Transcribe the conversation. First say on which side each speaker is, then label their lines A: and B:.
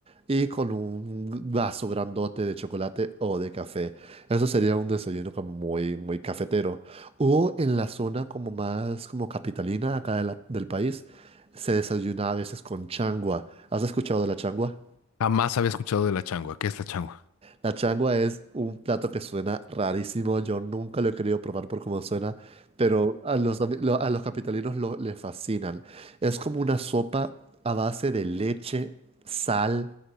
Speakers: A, on the right (about 25°); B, on the left (about 70°).
A: y con un vaso grandote de chocolate o de café. Eso sería un desayuno como muy, muy cafetero. O en la zona como más como capitalina acá de la- del país, se desayuna a veces con changua. ¿Has escuchado de la changua?
B: Jamás había escuchado de la changua. ¿Qué es la changua?
A: La changua es un plato que suena rarísimo. Yo nunca lo he querido probar por cómo suena, pero a los, ami- lo- a los capitalinos lo, les fascinan. Es como una sopa a base de leche, sal,